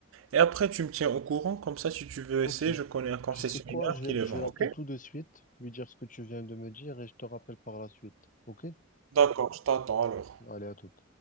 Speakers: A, on the right; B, on the left.
A: Et après, tu me tiens au courant, comme ça, si tu veux
B: Ok.
A: essayer, je connais un concessionnaire
B: Tu sais quoi? Je
A: qui
B: vais,
A: les
B: je
A: vend,
B: vais l'appeler
A: ok?
B: tout de suite, lui dire ce que tu viens de me dire et je te rappelle par la suite. Ok?
A: D'accord, je t'attends alors.
B: Allez, à toute.